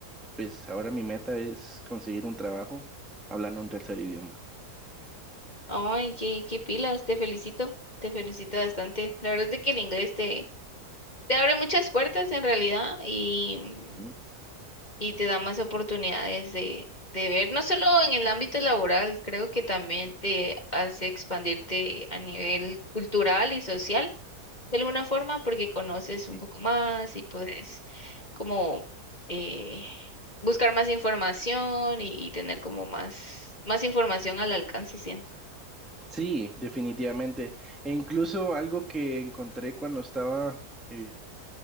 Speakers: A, in the centre; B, on the left.
A: pues ahora mi meta es conseguir un trabajo hablando un tercer idioma.
B: Ay, qué, qué pilas, te felicito, te felicito bastante. La verdad es de que el inglés te, te abre muchas puertas en realidad y,
A: ¿Mm?
B: y te da más oportunidades de, de ver, no solo en el ámbito laboral, creo que también te hace expandirte a nivel cultural y social de alguna forma porque conoces
A: Sí.
B: un poco más y puedes como eh, buscar más información y, y tener como más, más información al alcance, siento.
A: Sí, definitivamente. E incluso algo que encontré cuando estaba... eh,